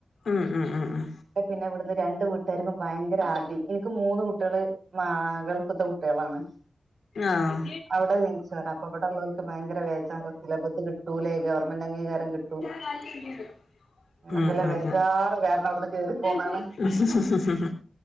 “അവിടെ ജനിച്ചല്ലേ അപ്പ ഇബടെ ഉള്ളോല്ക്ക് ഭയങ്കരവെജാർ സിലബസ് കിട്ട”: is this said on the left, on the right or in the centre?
Right